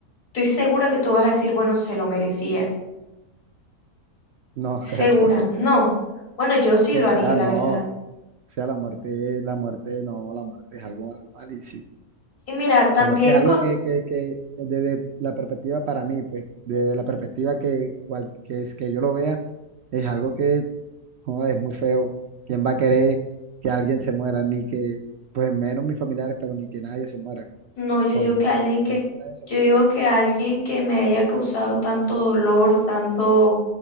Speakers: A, on the left; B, on the right.
A: estoy segura que tú vas a decir, bueno, se lo merecía,
B: No,
A: estoy segura,
B: <laughs> creo.
A: no. Bueno, yo sí
B: O
A: lo haría,
B: sea,
A: la
B: no.
A: verdad.
B: O sea, la muerte, la muerte, no, la muerte es algo mal- malísimo.
A: Y mira, también
B: La muerte es algo
A: con,
B: que, que, que desde la perspectiva para mí, pues, desde la perspectiva que, cual, que, es, que yo lo vea, es algo que, joder, es muy feo. ¿Quién va a querer que alguien se muera? Ni que, pues menos mis familiares, pero ni que nadie se muera.
A: No, yo
B: Por
A: digo
B: mí,
A: que
B: nadie-
A: alguien que,
B: por mí que nadie se
A: yo
B: mate.
A: digo que alguien que me haya causado tanto dolor, tanto,